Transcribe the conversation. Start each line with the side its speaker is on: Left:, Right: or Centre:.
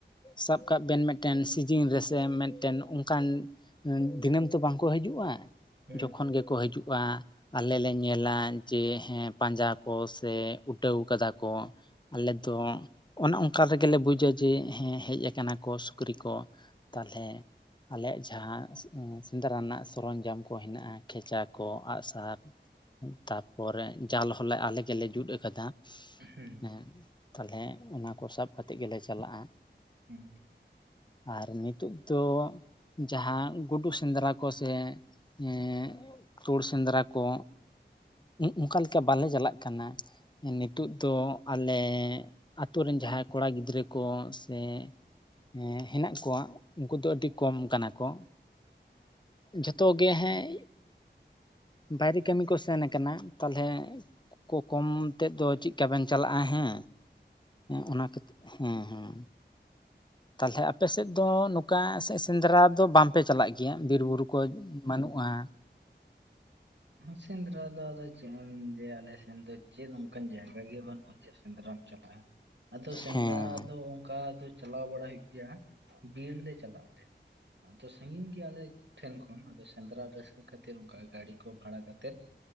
Left: ᱥᱟᱵ ᱠᱟᱜ ᱵᱮᱱ ᱢᱤᱫ ᱴᱮᱱ ᱥᱤᱡᱤᱱ ᱨᱮ ᱥᱮ ᱢᱤᱫ ᱴᱮᱱ ᱚᱱᱠᱟᱱ ᱫᱤᱱᱟᱹᱢ ᱛᱚ ᱵᱟᱝ ᱠᱚ ᱦᱤᱡᱩᱜ-ᱟ
Right: ᱚᱵᱚᱥᱥᱳᱭ
Left: ᱡᱚ ᱠᱷᱚᱱ ᱜᱮ ᱠᱚ ᱦᱤᱡᱩᱜ-ᱟ᱾ ᱟᱞᱮ ᱞᱮ ᱧᱮᱞᱟ ᱡᱮ ᱦᱮᱸ ᱯᱟᱸᱡᱟ ᱠᱚ ᱥᱮ ᱩᱴᱟᱹᱣ ᱟᱠᱟᱫᱟ ᱠᱚ ᱟᱞᱮ ᱫᱚ ᱚᱱᱮ ᱚᱱᱠᱟ ᱨᱮ ᱜᱮ ᱞᱮ ᱵᱩᱡᱟ ᱡᱮ ᱦᱮᱸ ᱦᱮᱡ ᱟᱠᱟᱱᱟ ᱠᱚ ᱥᱩᱠᱨᱤ ᱠᱚ ᱛᱟᱦᱞᱮ ᱟᱞᱮ ᱭᱟᱜ ᱡᱟᱦᱟᱸ ᱥᱮᱸᱫᱽᱨᱟ ᱨᱮᱱᱟᱜ ᱥᱚᱨᱚᱢ ᱡᱟᱢ ᱠᱚ ᱦᱮᱱᱟᱜ-ᱟ ᱠᱷᱮᱸᱪᱟ ᱠᱚ ᱟᱜ-ᱥᱟᱨ, ᱛᱟᱨ ᱯᱚᱨᱮ ᱡᱟᱞ ᱦᱚᱸᱞᱮ ᱟᱞᱮ ᱜᱮ ᱞᱮ ᱡᱩᱛ ᱟᱠᱟᱫᱟ᱾
Right: ᱦᱩᱸ
Left: ᱦᱮᱸ ᱛᱟᱦᱞᱮ ᱚᱱᱟ ᱠᱚ ᱥᱟᱵ ᱠᱟᱛᱮ ᱜᱮ ᱞᱮ ᱪᱟᱞᱟᱜ-ᱟ᱾
Right: ᱦᱩᱸ
Left: ᱟᱨ ᱱᱤᱛᱳᱜ ᱫᱚ ᱡᱟᱦᱟᱸ ᱜᱩ ᱰᱩ ᱥᱮᱸᱫᱽᱨᱟ ᱠᱚ ᱥᱮ ᱮᱻ ᱛᱩᱲ ᱥᱮᱸᱫᱽᱨᱟ ᱠᱚ ᱚᱝᱠᱟ ᱞᱮᱠᱟ ᱵᱟᱞᱮ ᱪᱟᱞᱟᱜ ᱠᱟᱱᱟ᱾ ᱱᱤᱛᱚᱜ ᱫᱚ ᱟᱞᱮ ᱟᱛᱳ ᱨᱮᱱ ᱡᱟᱦᱟᱸᱭ ᱠᱚ ᱲᱟ ᱜᱤᱫᱽᱨᱟᱹ ᱠᱚ ᱥᱮ ᱮᱸ ᱦᱮᱱᱟᱜ ᱠᱚᱣᱟ᱾ ᱩᱝᱠᱩ ᱫᱚ ᱟᱹᱰᱤ ᱠᱚᱢ ᱠᱟᱱᱟ ᱠᱚ ᱡᱷᱚ ᱛᱚ ᱜᱮ ᱦᱮᱸ ᱵᱟᱭ ᱨᱮ ᱠᱟᱹᱢᱤ ᱠᱚ ᱥᱮᱱ ᱟᱠᱟᱱᱟ ᱛᱟᱞ ᱦᱮ ᱠᱚ ᱠᱚᱢ ᱮᱛᱮᱫ ᱫᱚ ᱪᱤᱜᱠᱟ ᱵᱮᱱ ᱪᱟᱞᱟᱜ-ᱟ ᱦᱮᱸ ᱚᱱᱟ ᱠᱷᱟᱹᱛ ᱦᱮᱸ ᱦᱮᱸ ᱛᱟᱞᱦᱮ ᱟᱯᱮ ᱥᱮᱫ ᱫᱚ ᱱᱚᱠᱟ ᱥᱮᱸᱫᱽᱨᱟ ᱫᱚ ᱵᱟᱢ ᱯᱮ ᱪᱟᱞᱟᱜ ᱜᱮᱭᱟ ᱵᱤᱨ ᱵᱩᱨᱩ ᱠᱚᱡ ᱵᱟᱹᱱᱩᱜ-ᱟ᱾
Right: ᱥᱸᱫᱩᱨᱟ ᱫᱚ ᱟᱫᱚ ᱛᱮᱦᱮᱱ ᱡᱮ ᱟᱞᱮ ᱥᱮᱱ ᱫᱚ ᱪᱮᱫ ᱚᱝᱠᱟᱱ ᱡᱟᱭᱜᱟ ᱜᱮ ᱵᱟᱱᱩᱜ-ᱟ ᱪᱮᱫ ᱥᱮᱸᱫᱽᱨᱟᱢ ᱪᱟᱞᱟᱜ-ᱟ ᱟᱫᱚ ᱥᱮᱸᱫᱽᱨᱟ
Left: ᱦᱮᱸ
Right: ᱫᱚ ᱚᱝᱠᱟ ᱫᱚ ᱪᱟᱞᱟᱣ ᱵᱟᱲᱟ ᱦᱩᱭᱩᱜ ᱜᱮᱭᱟ ᱵᱤᱨ ᱞᱮ ᱪᱟᱞᱟᱜ ᱟᱞᱮ ᱟᱫᱚ ᱥᱟᱹᱜᱤᱧ ᱜᱮᱭᱟ ᱟᱞᱮ ᱴᱷᱮᱱ ᱠᱷᱚᱱ ᱟᱫᱚ ᱥᱮᱸᱫᱽᱨᱟ ᱨᱟᱹᱥᱠᱟᱹ ᱠᱷᱟᱹᱛᱤᱨ ᱚᱝᱠᱟ ᱜᱟᱹᱲᱤ ᱠᱚ ᱵᱷᱟᱲᱟ ᱠᱟᱛᱮᱫ